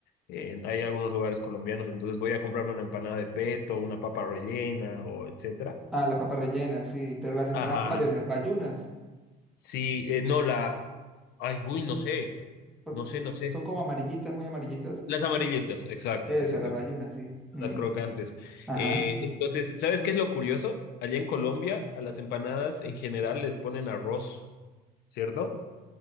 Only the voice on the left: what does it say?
en- hay algunos lugares colombianos, entonces voy a comprarme una empanada de peto, una papa rellena o etcétera.
Ajá.
Sí, eh, no, la, ay, uy, no sé,
no sé, no sé.
Las amarillitas, exacto,
exacto.
Las crocantes.
Eh, entonces, ¿sabes qué es lo curioso? Allá en Colombia, a las empanadas en general les ponen arroz, ¿cierto?